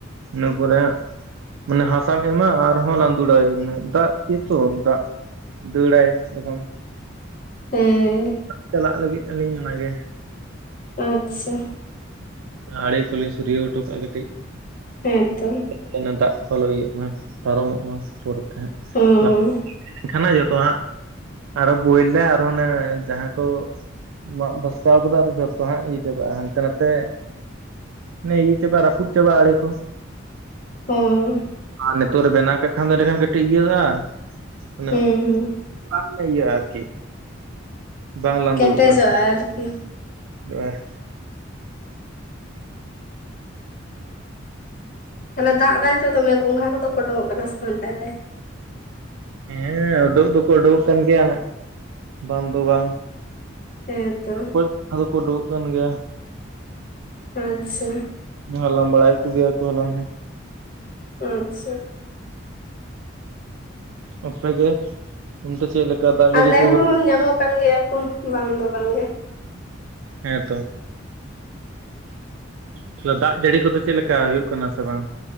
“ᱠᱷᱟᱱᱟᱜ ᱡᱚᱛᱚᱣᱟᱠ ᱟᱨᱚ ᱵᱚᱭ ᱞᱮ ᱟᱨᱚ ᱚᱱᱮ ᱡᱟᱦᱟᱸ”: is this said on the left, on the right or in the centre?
Right